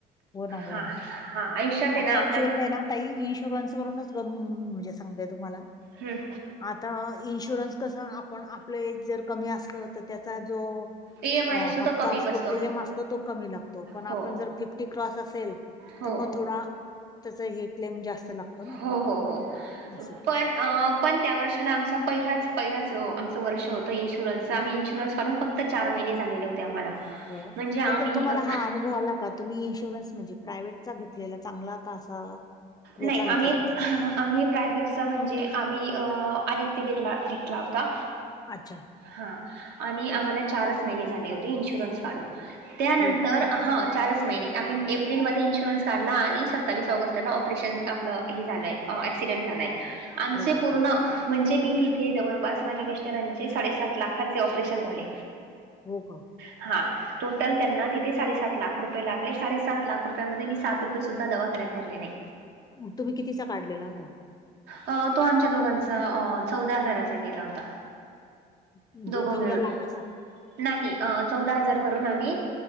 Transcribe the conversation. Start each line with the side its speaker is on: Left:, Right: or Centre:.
Left: हो ना, हो
Right: हा
Left: ना.
Right: हा आयुष्यात आहे
Left: आता
Right: ना आपला
Left: ऍक्च्युअल <inaudible> ना ताई इन्शुरन्स- वरूनच <inaudible> म्हणजे सांगतय तुम्हाला.
Right: हम्म!
Left: आता इन्शुरन्स कसं आपण आपलं एज जर कमी असलं तर त्याचा जो
Right: ई एम
Left: अ
Right: आय असतो
Left: हप्ता
Right: तो कमी
Left: असतो,
Right: बसतो
Left: क्लेम असतो तो कमी लागतो, पण
Right: हो
Left: आपण जर फिफ्टी क्रॉस असेल,
Right: हो
Left: तर मग थोडा त्याच हे क्लेम जास्त लागतो ना
Right: हो हो हो,
Left: असं.
Right: पण अ पण त्या वर्षाला आमचा पहिलाच-पहिलाच आमचं वर्ष होतं, इन्शुरन्सच आम्ही इन्शुरन्स काढून फ -क्त चार महिने झालेले होते आम्हाला.
Left: नाही
Right: म्हणजे आम्ही
Left: पण तुम्हाला
Right: अ,
Left: हा अनुभव आला का? तुम्ही इन्शुरन्स म्हणजे प्रायव्हेटचा घेतलेला चांगला का असा? याचा
Right: नाही, आम्ही
Left: घेतलेला?
Right: आम्ही प्रायव्हेटचा म्हणजे आम्ही अ आदित्य बिरला घेतला होता.
Left: अच्छा!
Right: हा आणि आम्हाला चारच महिने झाले होते, इन्शुरन्स काढून. त्यानंतर
Left: हो का?
Right: हा चारच महिने आम्ही एप्रिल-मध्ये इन्शुरन्स काढला आणि सत्तावीस ऑगस्टला ऑपरेशन आपलं हे झालंय, ॲक्सिडेंट झालंय आमचे
Left: अरे बापरे!
Right: पूर्ण म्हणजे मी तिथे जवळपास माझ्या मिस्टरांचे साडेसात लाखांचे ऑपरेशन झाले.
Left: हो का?
Right: हा! टोटल त्यांना तिथे साडे-सात लाख रुपये लागले, साडे-सात लाख रुपया-मध्ये मी सात रुपये सुद्धा दवाखाण्यात भरले नाही.
Left: मग तुम्ही कितीचा काढलेला होता?
Right: अ तो आमच्या दोघांचा अ चौदा हजाराचा गेला होता.
Left: म्हणजे
Right: दोघं मिळून.
Left: लाखाचा?
Right: नाही, चौदा हजार भरून आम्ही